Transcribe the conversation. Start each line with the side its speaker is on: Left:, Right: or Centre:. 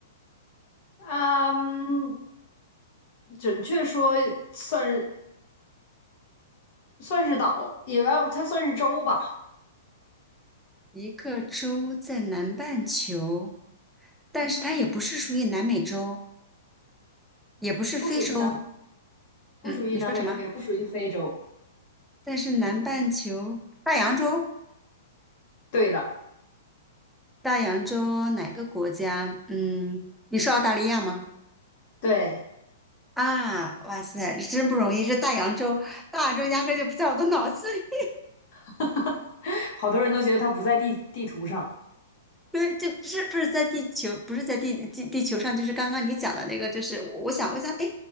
Left: 啊嗯，准确说算是算是岛，也要它算是洲吧，
Centre: 一个洲在南半球，但是它也不是属于南美洲，也不是非洲。
Left: 不属于南。不属于南美洲，
Centre: 嗯，你说什么？
Left: 也不属于非洲。
Centre: 但是南半球，大洋洲，
Left: 对的，
Centre: 大洋洲哪个国家？嗯，你说澳大利亚吗？
Left: 对，
Centre: 啊，哇塞，真不容易，这大洋洲，大洋洲压根儿就不在我的脑子里。
Left: <laughs> 好多人都觉得它不在地地图上。
Centre: 对，这不是不是在地球，不是在地地地球上，就是刚刚你讲的那个，就是我想，我想，哎，